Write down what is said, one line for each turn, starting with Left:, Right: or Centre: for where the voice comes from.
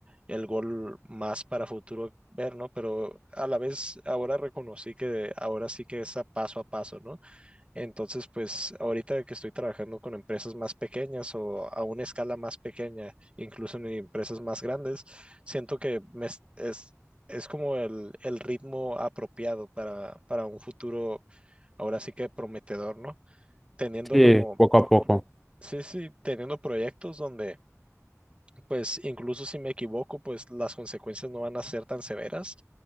Right: el gol más para futuro ver, ¿no? Pero a la vez ahora reconocí que ahora sí que es a paso a paso, ¿no? Entonces, pues ahorita que estoy trabajando con empresas más pequeñas o a una escala más pequeña, incluso en empresas más grandes, siento que me es, es, es como el, el ritmo apropiado para, para un futuro ahora sí que prometedor, ¿no? Teniendo
Centre: Sí,
Right: como,
Centre: poco a poco.
Right: sí, sí, teniendo proyectos donde pues incluso si me equivoco, pues las consecuencias no van a ser tan severas.